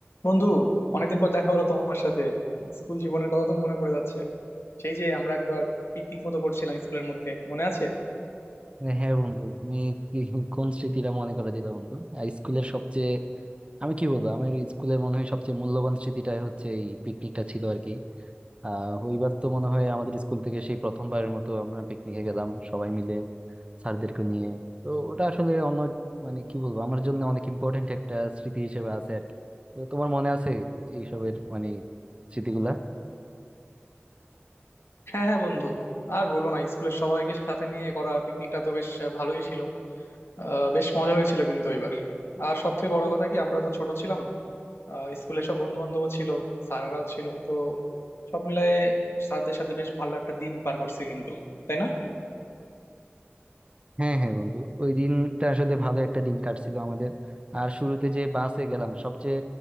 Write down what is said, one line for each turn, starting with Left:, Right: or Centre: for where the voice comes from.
Left: বন্ধু অনেকদিন পর দেখা হলো তোমার সাথে স্কুল জীবনের কথা তো মনে পড়ে যাচ্ছে সেই যে আমরা একবার পিকনিক মতো করছিলাম স্কুলের মধ্যে মনে আছে
Right: হ্যাঁ হ্যাঁ বন্ধু তুমি কি কোন স্মৃতিটা মনে করে দিলে বন্ধু আর স্কুলের সবচেয়ে আমি কি বলবো আমার স্কুলের মনে হয় সবচেয়ে মূল্যবান স্মৃতিটাই হচ্ছে এই পিকনিকটা ছিল আর কি আহ ওইবার তো মনে হয় আমাদের স্কুল থেকে সেই প্রথমবারের মতো আমরা পিকনিকে গেলাম সবাই মিলে স্যারদেরকে নিয়ে তো ওটা আসলে অন্য মানে কি বলবো আমার জন্য অনেক ইম্পর্টেন্ট একটা স্মৃতি হিসেবে আছে আর কি তো তোমার মনে আছে এইসবের মানে স্মৃতিগুলা
Left: হ্যাঁ হ্যাঁ বন্ধু আর বলো না স্কুলের সবাইকে সাথে নিয়ে করা পিকনিকটা তো বেশ আহ, ভালোই ছিল আহ, বেশ মজা হয়েছিল কিন্তু এবার আর সব থেকে বড় কথা কি আমরা তো ছোট ছিলাম আহ, স্কুলে সব বন্ধু বান্ধবও ছিল স্যাররাও ছিল তো সব মিলায়ে স্যারদের সাথে বেশ ভালো একটা দিন পার করছি কিন্তু তাই না
Right: হ্যাঁ হ্যাঁ বন্ধু ওই দিনটা আসলে ভালো একটা দিন কাটছিল আমাদের আর শুরুতে যে বাসে গেলাম সবচেয়ে